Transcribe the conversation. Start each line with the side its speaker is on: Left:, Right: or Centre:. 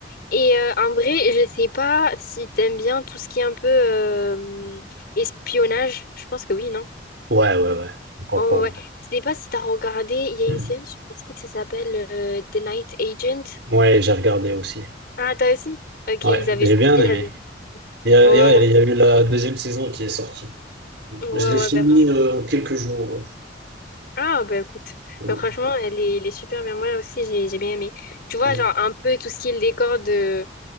Left: Et euh, en vrai, je sais pas si t'aimes bien tout ce qui est un peu euh, espionnage. Je pense que oui, non?
Right: Ouais, ouais, ouais. Pourquoi
Left: Oh
Right: pas,
Left: ouais, je sais pas si t'as regardé, il y a
Right: ouais.
Left: une série sur Netflix, ça s'appelle euh, The Night Agent.
Right: Ouais, j'ai regardé aussi.
Left: Ah, t'as aussi? Ok,
Right: Ouais,
Left: ils avaient
Right: j'ai
Left: sorti
Right: bien aimé.
Left: la deux.
Right: Il y a,
Left: Ouais,
Right: et ouais,
Left: moi aussi.
Right: il y a eu la deuxième saison qui est sortie.
Left: Ouais,
Right: Je l'ai fini
Left: ouais, ben franchement.
Right: euh, en quelques jours.
Left: Ah, ben écoute,
Right: hein.
Left: ben,
Right: Ouais,
Left: franchement, elle est, elle est super bien. Moi aussi, j'ai j'ai bien aimé. Tu vois,
Right: Mm.
Left: genre un peu tout ce qui est le décor de,